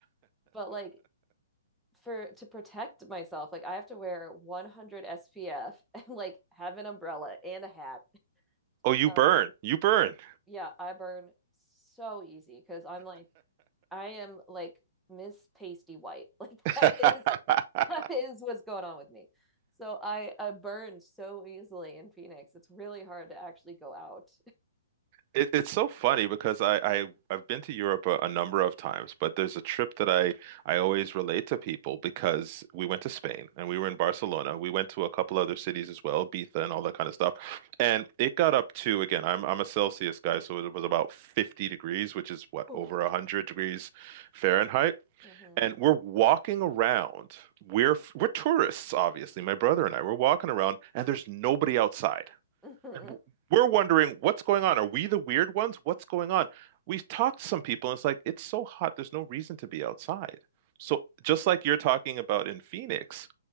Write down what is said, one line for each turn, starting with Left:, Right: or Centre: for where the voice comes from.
Centre: But like for to protect myself, like I have to wear 100 SPF <laughs> and like have an umbrella and a hat.
Right: Oh, you
Centre: Uh,
Right: burn. You burn.
Centre: yeah, I burn so easy because I'm like I am like Miss Pasty White. <laughs> Like
Right: <laughs>
Centre: that is that is what's going on with me. So I I burn so easily in Phoenix. It's really hard to actually go out.
Right: It, it's so funny because I, I I've been to Europe a, a number of times, but there's a trip that I I always relate to people because we went to Spain and we were in Barcelona. We went to a couple other cities as well, Ibiza and all that kind of stuff. And it got up to again, I'm I'm a Celsius guy, so it was about 50 degrees, which is
Centre: <laughs>
Right: what,
Centre: Oof.
Right: over 100 degrees Fahrenheit.
Centre: hmm
Right: And we're walking around. We're we're tourists, obviously. My brother and I, we're walking around and there's nobody outside.
Centre: <laughs>
Right: And we're wondering what's going on. Are we the weird ones? What's going on? We've talked to some people, and it's like it's so hot. There's no reason to be outside. So just like you're talking about in Phoenix,